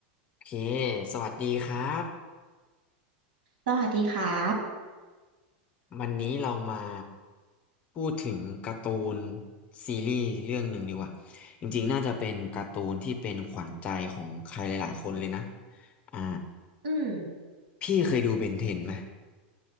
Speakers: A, on the left; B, on the right.
A: โอเค สวัสดีครับ
B: สวัสดีครับ
A: วันนี้เรามาพูดถึงการ์ตูนซีรีส์เรื่องหนึ่งดีกว่าจริงๆ น่าจะเป็นการ์ตูนที่เป็นขวัญใจของใครหลายๆคนเลยนะ อ่า
B: อืม
A: พี่เคยดูเบนเทนไหม